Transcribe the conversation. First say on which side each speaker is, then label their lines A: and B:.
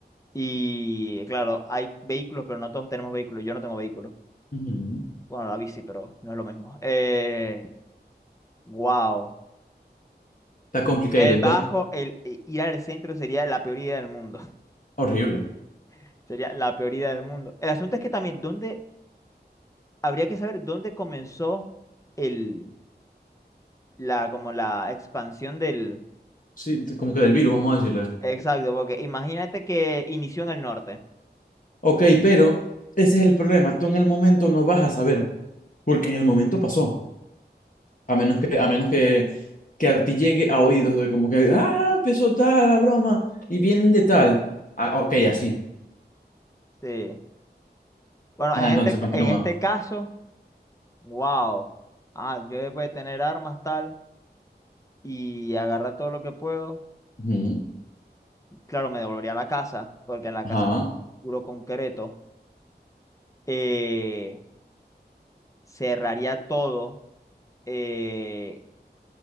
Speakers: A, on the left; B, on the left.
A: Y claro, hay vehículos, pero no todos tenemos vehículos. Yo no tengo vehículo.
B: ujú.
A: Bueno, la bici, pero no es lo mismo. Eh, wow.
B: Está complicated,
A: El bajo,
B: ¿va?
A: el i- ir al centro sería la peor idea del mundo.
B: Horrible.
A: <laughs> Sería la peor idea del mundo. El asunto es que también, ¿dónde, habría que saber dónde comenzó el, la, como la expansión del...
B: Sí, de- como que del virus, vamos a decirle.
A: Exacto, porque imagínate que inició en el norte.
B: Ok, pero ese es el problema. Tú en el momento no vas a saber, porque en el momento pasó. A menos que, a menos que, que a ti llegue a oídos de como que, ah, empezó tal la broma y vienen de tal. Ah, ok, así.
A: Sí. Bueno,
B: Ajá,
A: en
B: entonces
A: este, ca-
B: continúa.
A: en este caso... Wow. Ah, yo después de tener armas tal y agarrar todo lo que puedo,
B: Ujú,
A: claro, me devolvería a la casa, porque la
B: Ajá.
A: casa es puro concreto. Eh, cerraría todo. eh,